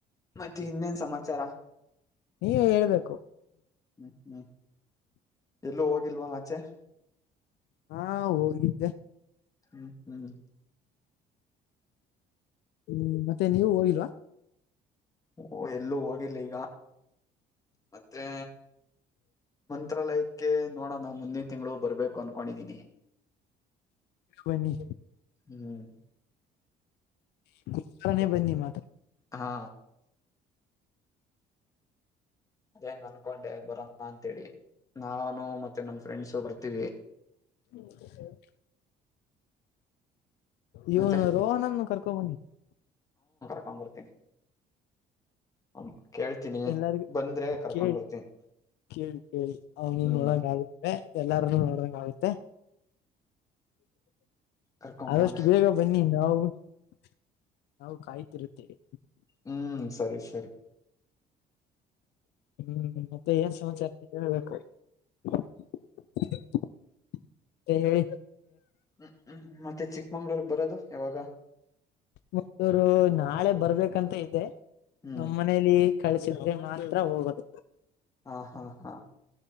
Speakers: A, on the left; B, on the left.
A: ಮತ್ತೆ ಇನ್ನೇನ್ ಸಮಾಚಾರ
B: ನೀವೆ ಹೇಳ್ಬೇಕು
A: ಹ್ಮ್ ಹ್ಮ್ ಎಲ್ಲೂ ಹೋಗಿಲ್ವಾ ಆಚೆ
B: ಹಾ ಹೋಗಿದ್ದೆ
A: ಹ್ಮ್ ಹ್ಮ್
B: ಹ್ಮ್ ಮತ್ತೆ ನೀವು ಹೋಗಿಲ್ವಾ
A: ಓ ಎಲ್ಲೂ ಹೋಗಿರ್ಲಿಲ್ಲ <inaudible> ಮತ್ತೇ ಮಂತ್ರಾಲಯಕ್ಕೆ ನೋಡೋಣ ಮುಂದಿನ ತಿಂಗಳು ಬರ್ಬೇಕು ಅನ್ಕೊಂಡಿದೀನಿ
B: ಬನ್ನಿ
A: ಹ್ಮ್
B: <unintelligible> ನೇ ಬನ್ನಿ ಮಾತ್ರ
A: ಹಾ ಅದೇ ಹಂಗ್ ಅನ್ಕೊಂಡೆ ಬರಣ ಅಂತೇಳಿ ನಾನು ಮತ್ತೆ ನನ್ ಫ್ರೆಂಡ್ಸು ಬರ್ತೀವಿ
B: ಹ್ಮ <inaudible> ಇವನು
A: ಮತ್ತೆ
B: ರೋಹನನ್ನು ಕರ್ಕೊಬನ್ನಿ
A: ಹಾ ಬರ್ತೀನಿ ಅವ್ನ ಕೇಳ್ತೀನಿ
B: ಎಲ್ಲರಿಗೂ
A: ಬಂದ್ರೆ ಕರ್ಕೊಂಡ್
B: ಕೇಳಿ
A: ಬರ್ತೀನಿ
B: ಕೇಳಿ ಕೇಳಿ ಅವನು
A: ಹ್ಮ್
B: ನೋಡಂಗ ಆಗುತ್ತೆ ಎಲ್ಲಾರನು ನೋಡ್ಧಾಂಗಾಗುತ್ತೇ
A: ಕರ್ಕೊಂಬರಾನ
B: ಆದಷ್ಟು ಬೇಗ ಬನ್ನಿ ನಾವು <inaudible> ನಾವು ಕಾಯುತ್ತಿರುತ್ತೇವೆ
A: ಹ್ಮ್ ಸರಿ ಸರಿ
B: ಹ್ಮ್ ಮತ್ತೆ ಏನ್ ಸಮಾಚಾರ ಹೇಳ್ಬೇಕು <unintelligible> ಮತ್ತೆ ಹೇಳಿ
A: ಹ್ಮ್ ಹ್ಮ್ ಮತ್ತೆ ಚಿಕ್ಕಮಂಗ್ಳೂರ್ ಗೆ ಬರೋದು ಯಾವಾಗ
B: ಚಿಕ್ಕಮಗಳೂರು ನಾಳೆ ಬರ್ಬೇಕಂತ ಇದೆ
A: ಹ್ಮ್
B: ನಮ್ಮ ಮನೇಲಿ ಕಳಿಸಿದ್ರೆ ಮಾತ್ರ ಹೋಗೋದು
A: ಹಾ ಹಾ ಹಾ